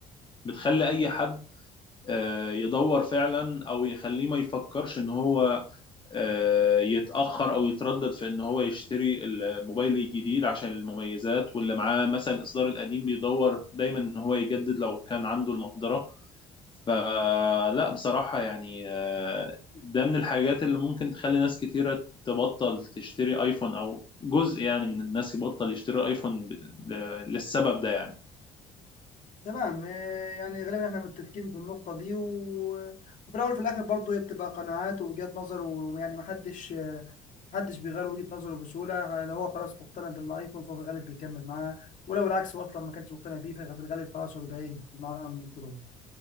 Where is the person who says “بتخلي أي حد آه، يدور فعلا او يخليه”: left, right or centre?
Left